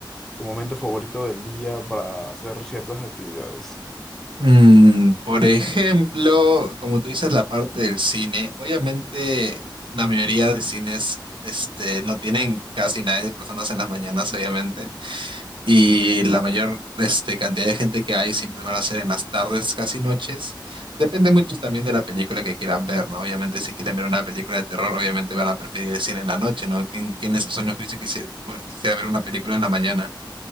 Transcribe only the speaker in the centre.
tu momento favorito del día para hacer ciertas actividades?